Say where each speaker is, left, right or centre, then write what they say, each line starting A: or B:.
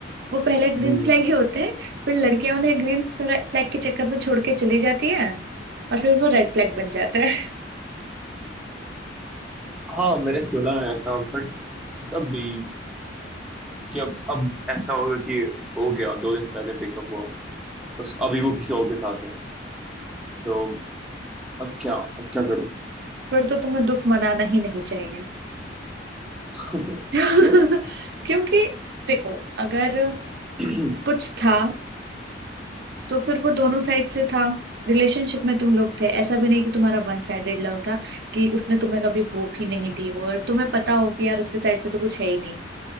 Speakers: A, on the right; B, in the centre.
A: वो पहले ग्रीन
B: हम्म,
A: फ्लैग ही होते हैं फिर लड़कियां उन्हें ग्रीन फ्लैग के चक्कर में छोड़ के चली जाती है और फिर वो रेड फ्लैग बन जाता है
B: हाँ, मैंने सुना है ऐसा बट तब भी कि अब अब ऐसा होगा कि हो गया दो दिन पहले ब्रेकअप हुआ बस अभी वो किसी और के साथ है तो अब क्या अब क्या करूं
A: फिर तो तुम्हें दुख मनाना ही नहीं चाहिए
B: <laughs>
A: <laughs>
B: क्यों
A: क्योंकि देखो अगर
B: <clears throat>
A: कुछ था तो फिर वो दोनों साइड से था रिलेशनशिप में तुम लोग थे ऐसा भी नहीं कि तुम्हारा वन साइडेड लव था कि उसने तुम्हें कभी होप ही नहीं दी हो और तुम्हें पता हो कि यार उसके साइड से तो कुछ है ही नहीं